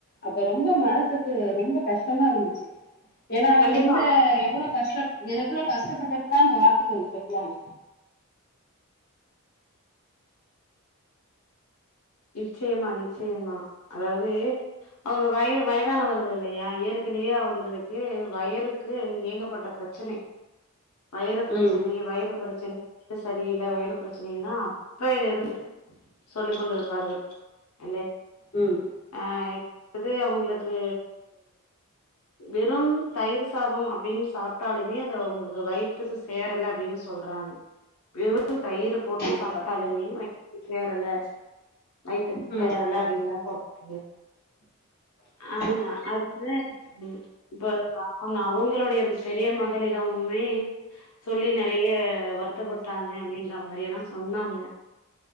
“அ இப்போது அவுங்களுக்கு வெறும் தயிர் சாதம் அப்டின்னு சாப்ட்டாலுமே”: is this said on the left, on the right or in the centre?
Left